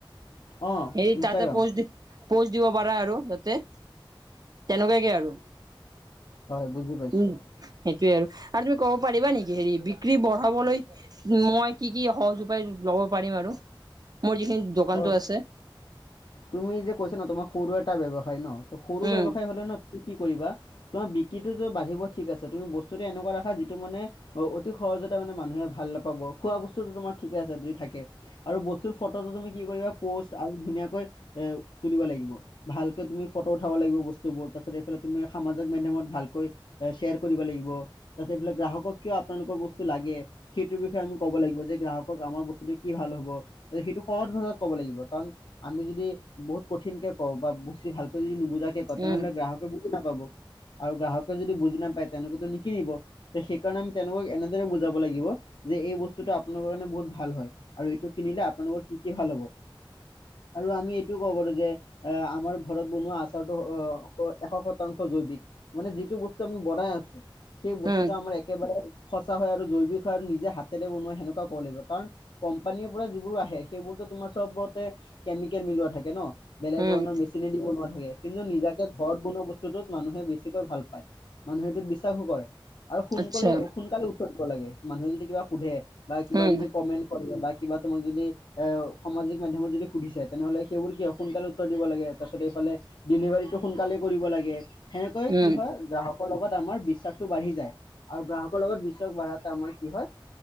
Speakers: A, on the left; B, on the right.
A: অ'
B: হেৰি
A: ইনষ্টাগ্ৰাম
B: তাতে পৌচ দি পৌচ দিব পাৰা আৰু তাতে। তেনেকুৱাকে আৰু।
A: হয় বুজি পাইছোঁ।
B: উম'। সেইটোৱে আৰু, আৰু তুমি ক'ব পাৰিবা নেকি হেৰি বিক্ৰী বঢ়াবলৈ- মই কি কি সহজ উপায় ল'ব পাৰিম আৰু? মোৰ যিখিনি দোকানতো
A: অ'
B: আছে।
A: তুমি যে কৈছা ন তোমাৰ সৰু এটা ব্যৱসায় ন, ত সৰু
B: উম
A: ব্যৱসায় হলে ন তুমি কি কৰিবা? তোমাৰ বিক্ৰীটোটো বাঢ়িব ঠিক আছে, তুমি বস্তুটো এনেকুৱা ৰাখা যিটো মানে- অ অতি সহজতে মানে মানুহে ভাল নাপাব, খোৱা বস্তুতোটো তোমাৰ ঠিকে আছে যদি থাকে। আৰু বচ- তোৰ ফটোটো তুমি কি কৰিবা? প'ষ্ট আৰু ধুনীয়াকৈ এ তুলিব লাগিব। ভালকে তুমি ফটো উঠাব লাগিব বস্তুবোৰ। তাৰপিছত এইফালে তুমি সামাজিক মাধ্যমত ভালকৈ- এ শ্বেয়াৰ কৰিব লাগিব, তাৰপিছত এইবিলাক গ্ৰাহক কিয় আপোনালোকৰ বস্তু লাগে- সেইটোৰ বিষয়ে আমি ক'ব লাগিব যে গ্ৰাহকক আমাৰ বস্তুটোৱে কি ভাল হ'ব? সেইটো- সহজ ভাষাত ক'ব লাগিব, কাৰণ আমি যদি বহুত কঠিন কে কওঁ বা বেছি ভালকে যদি নুবুজাক- কে কওঁ তেনেহলে
B: উম
A: গ্ৰাহকে বুজি নাপাব, আৰু গ্ৰাহকে যদি বুজি নাপায় তেওঁলোকেতো নিকিনিব। যে সেইকাৰণে আমি তেওঁলোকক এনেদৰে বুজাব লাগিব, যে এই বস্তুটো আপোনালোকৰ কাৰণে বহুত ভাল হয়। আৰু এইটো কিনিলে আপোনালোকৰ কি কি ভাল হব? আৰু আমি- টো ক'ব পাৰো যে, এ আমাৰ ঘৰত বনোৱা আচাৰটো এশ শতাংশ জৈৱিক। মানে যিটো বস্তু আমি বনাই আছো, সেই বস্তুটো
B: উম
A: আমাৰ একেবাৰে- সঁচা হয় আৰু জৈৱিক হয় আৰু নিজে হাতেৰে বনোৱা সেনেকুৱা ক'ব লাগিব। কাৰণ- কম্পানীৰ পৰা যিবোৰ আহে, সেইবোৰতো তোমাৰ চবতে কেমিকেল মিলোৱা থাক- কে ন, বেলেগ
B: উম
A: ধৰণৰ মেচিনে দিব থাকে। কিন্তু নিজাকে- ঘৰত বনোৱা বস্তুটোত মানুহে বেছিকৈ ভাল পায়, মানুহে এইটোত বিশ্বাসো কৰে। আৰু সোনকলে
B: আচ্ছা
A: সোনকালে উত্তৰ দিব লাগে, মানুহে যদি কিবা সুধে বা কিবা
B: উম
A: যদি কমেন্ট কৰে বা- কিবা তোমাক যদি এ সামাজিক মাধ্যমত যদি সুধিছে, তেনেহ'লে- সেইবোৰ কিয়? সোনকালে উত্তৰ দিব লাগে তাপিছত এইফালে ডেলিভাৰীটো সোনকালে কৰিব লাগে। সেনেকৈ
B: উম
A: কি হয়? গ্ৰাহক- কৰ লগত আমাৰ বিশ্বাসতটো বাঢ়ি যায়, আৰু গ্ৰাহকৰ লগত বিশ্বাস বাঢ়াতে আমাৰ কি হয়-